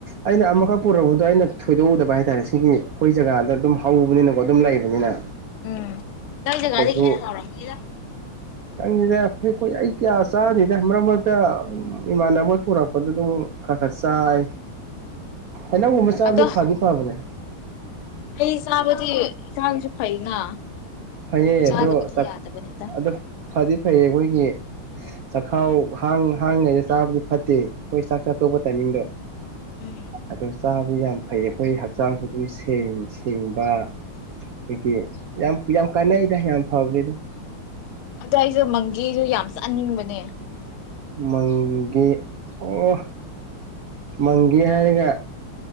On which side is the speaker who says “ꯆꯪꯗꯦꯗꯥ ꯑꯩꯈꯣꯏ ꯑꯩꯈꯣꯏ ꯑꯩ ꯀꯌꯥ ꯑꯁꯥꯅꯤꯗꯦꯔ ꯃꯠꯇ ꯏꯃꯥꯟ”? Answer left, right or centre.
Right